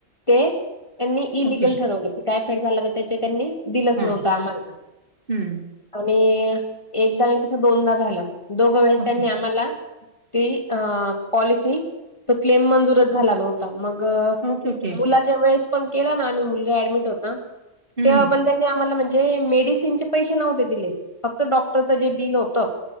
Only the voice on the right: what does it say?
ओके
हां
हं,
ओके.
ओके ओके
हम्म